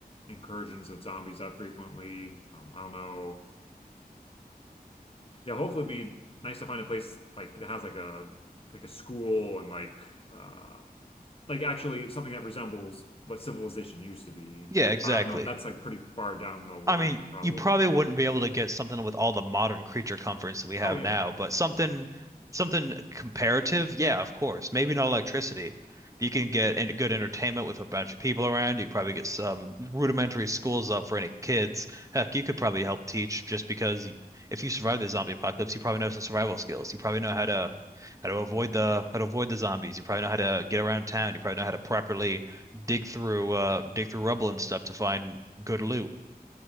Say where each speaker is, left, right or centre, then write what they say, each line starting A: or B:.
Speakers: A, on the left; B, on the right.
A: incursions of zombies that frequently. Um, I don't know Yeah, hopefully it'd be nice to find a place like that has like a like a school and like uh like actually something that resembles what civilization used to be.
B: Yeah, exactly.
A: I don't know. That's like pretty far down the line
B: I mean,
A: probably.
B: you probably wouldn't be able to get something with all the modern creature comforts that we have
A: Oh yeah.
B: now, but something something comparative, yeah, of course. Maybe not electricity. You can get en- good entertainment with a bunch of people around. You probably get some rudimentary schools up for any kids. Heck, you could probably help teach just because y- if you survive the zombie apocalypse, you probably know some survival skills. You probably know how to how to avoid the how to avoid the zombies. You probably know how to get around town. You probably know how to properly dig through uh dig through rubble and stuff to find good loot.